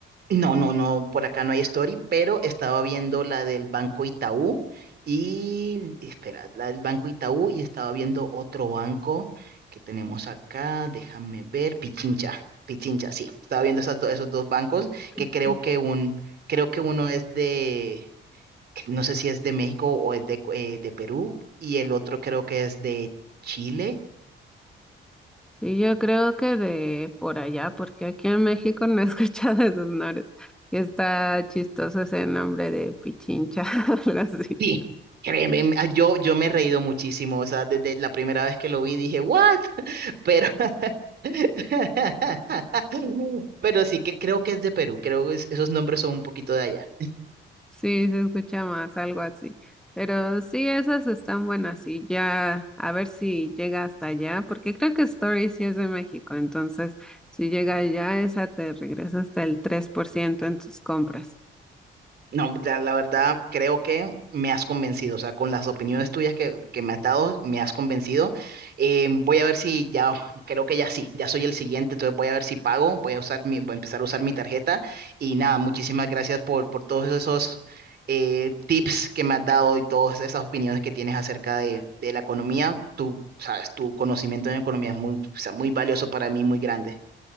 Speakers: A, on the right (about 55°); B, in the centre.
A: No, no, no, por acá no hay story, pero estaba viendo la del Banco Itaú y, espera, la del Banco Itaú y estaba viendo otro banco que tenemos acá, déjame ver, Pichincha, Pichincha, sí, estaba viendo esas do- esos dos bancos
B: Pichi.
A: que creo que un, creo que uno es de, no sé si es de México o es de, eh, de Perú y el otro creo que es de Chile.
B: Sí, yo creo que de por allá, porque aquí en México no he <laughs> escuchado esos nombres. Y está chistoso ese nombre de Pichincha, <laughs> algo así.
A: Sí, créeme, yo, yo me he reído muchísimo, o sea, desde la primera vez que lo vi dije, ¿what? Pero <laughs> <laughs> Pero sí que creo que es de Perú, creo que es- esos nombres son un poquito de allá.
B: Sí, se escucha más, algo así. Pero sí, esas están buenas y ya, a ver si llega hasta allá, porque creo que Story sí es de México, entonces si llega allá, esa te regresa hasta el 3% en tus compras.
A: No, la, la verdad creo que me has convencido, o sea, con las opiniones tuyas que, que me has dado, me has convencido. Eh, voy a ver si ya, creo que ya sí, ya soy el siguiente, entonces voy a ver si pago, voy a usar mi, voy a empezar a usar mi tarjeta y nada, muchísimas gracias por, por todos esos eh, tips que me has dado y todas esas opiniones que tienes acerca de, de la economía. Tú sabes, tu conocimiento en economía es muy, o sea, muy valioso para mí, muy grande.